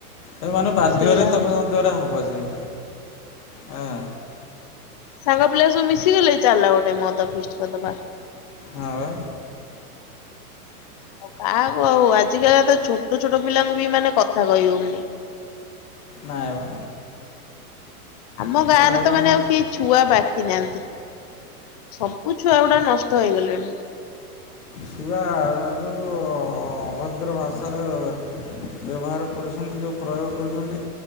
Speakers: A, on the left; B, on the left.
A: ତ ମାନେ ବାଧ୍ୟରେ
B: ସେଇଆ
A: ତମ
B: ହଉଛି
A: ଦ୍ଵାରା ହବ ସେଇ ହଁ।
B: ସାଙ୍ଗ ପିଲା ସବୁ ମିଶିଗଲେ ଚାଲିଲା ଗୋଟେ ମଦ ପିଷ୍ଟ କରଦବା।
A: ହଁବା।
B: ଆଉ କାହାକୁ ଆଉ ଆଜିକାଲି ତ ଛୋଟ ଛୋଟ ପିଲାଙ୍କୁ ବି ମାନେ କଥା କହି ହଉନି।
A: ନାଇଁ ବା।
B: ଆମ
A: ଏତେ
B: ଗାଁରେ
A: ହଇରାଣ
B: ତ ମାନେ ଆଉ କେହି ଛୁଆ ବାକି ନାହାନ୍ତି। ସବୁ ଛୁଆ ଗୁଡା ନଷ୍ଟ ହେଇଗଲେଣି।
A: ଛୁଆ ଜଉ ଅଭଦ୍ର ଭାଷାରେ ବ୍ୟବହାର କରୁଛନ୍ତି ଯଉ ପ୍ରୟୋଗ କରୁଛନ୍ତି